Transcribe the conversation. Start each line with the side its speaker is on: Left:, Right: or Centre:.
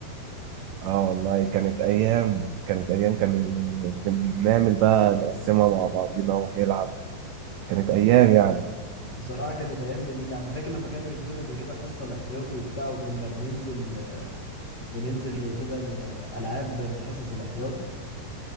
Right: اه والله كانت أيام كانت أيام كان بنعمل بقى نقسمها مع بعضينا ونلعب كانت أيام يعني
Left: بصراحة كانت ايام جميلة يا عم فاكر لما كانوا يدونا زي كده الحصة الاحتياطي وبتاع وكنا بننزل آه، بننزل زي كده الالعاب من الحصص الاحتياطي